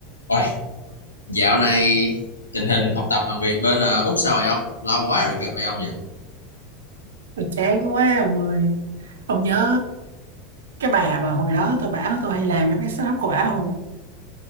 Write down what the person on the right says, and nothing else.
Tôi chán quá ông ơi Ông nhớ cái bà mà hồi đó tôi bảo tôi hay làm cho cái setup của bà không